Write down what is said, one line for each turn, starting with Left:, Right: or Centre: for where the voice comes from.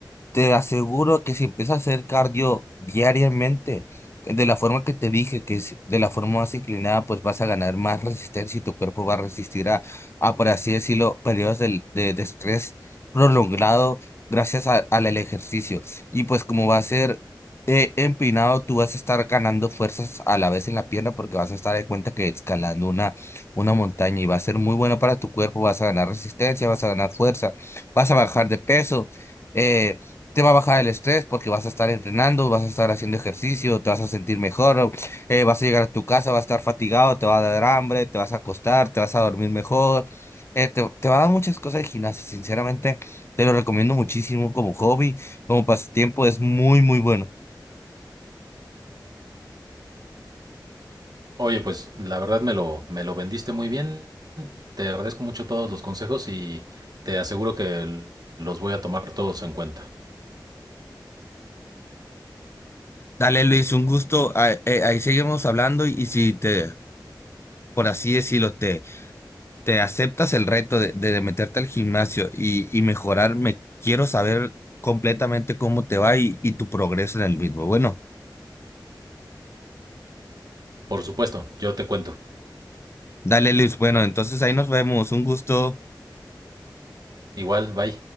Left: Te aseguro que si empiezas a hacer cardio diariamente, de la forma que te dije, que es de la forma más inclinada, pues vas a ganar más resistencia y tu cuerpo va a resistir a, a por así decirlo, periodos del- de, de estrés prolongado gracias a- al el ejercicio. Y pues como va a ser eh, empinado, tú vas a estar ganando fuerzas a la vez en la pierna porque vas a estar de cuenta que escalando una, una montaña y va a ser muy bueno para tu cuerpo, vas a ganar resistencia, vas a ganar fuerza, vas a bajar de peso. Eh, te va a bajar el estrés porque vas a estar entrenando, vas a estar haciendo ejercicio, te vas a sentir mejor, eh, vas a llegar a tu casa, vas a estar fatigado, te va a dar hambre, te vas a acostar, te vas a dormir mejor, eh, te, te va a dar muchas cosas de gimnasia, sinceramente, te lo recomiendo muchísimo como hobby, como pasatiempo, es muy, muy bueno.
Right: Oye, pues la verdad me lo, me lo vendiste muy bien. Te agradezco mucho todos los consejos y te aseguro que l- los voy a tomar todos en cuenta.
Left: Dale, Luis, un gusto, ah, eh, ahí seguimos hablando y, y si te, por así decirlo, te... te aceptas el reto de, de meterte al gimnasio y, y mejorar, me quiero saber completamente cómo te va y, y tu progreso en el mismo. Bueno,
Right: Por supuesto, yo te cuento.
Left: dale Luis, bueno, entonces ahí nos vemos, un gusto.
Right: Igual, bye.